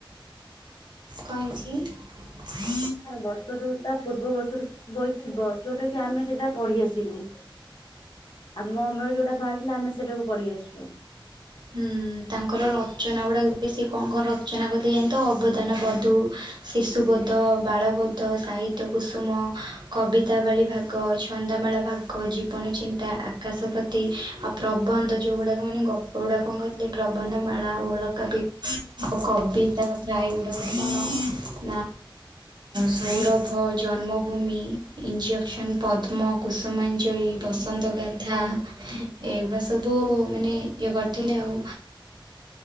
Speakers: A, on the right; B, on the left.
A: କଣ ହେଇଛି?
B: ବର୍ଷରୁ ତା ପୂର୍ବ ବର୍ଷରୁ ବହି ଥିବ ଯୋଉଟା କି ଆମେ ସେଇଟା ପଢି ଆସିନୁ। ଆମ ଅମଳରେ ଯୋଉଟା ବାହାରି ଥିଲା, ଆମେ ସେଇଟାକୁ ପଢି ଆସିଛୁ।
A: ହୁଁ ତାଙ୍କର ରଚନା ଗୁଡାକ ବି ସେ କଣ କଣ ରଚନା କରି ପ୍ରୟନ୍ତ ଅବଦାନ ବଧୁ ଶିଶୁ ବୋଧ, ବାଳବୋଧ, ସାହିତ୍ୟ କୁସୁମ କବିତାବାଳି ଭାଗ, ଛନ୍ଦାମାଳା ଭାଗ, ଜୀବନଚିନ୍ତା ଆକାଶପ୍ରତି, ଆଉ ପ୍ରବନ୍ଧ ଯେଉଁଗୁଡ଼ାକ ମାନେ ଗପ ଗୁଡ଼ାକ କଣ କରିଥିଲେ। ପ୍ରବନ୍ଧମାଳା, ଉଳକା ପି ଆଉ କବିତା ପ୍ରାୟ ଉଳକାଳ ନା ସୌରଭ, ଜନ୍ମଭୂମି, ଇଞ୍ଜେକ୍ସନ୍ ପଦ୍ମ, କୁସୁମାଞ୍ଜଳି, ବସନ୍ତ ଗାଥା, ଏଗୁଡ଼ା ସବୁ ମାନେ ଇଏ କରିଥିଲେ ଆଉ।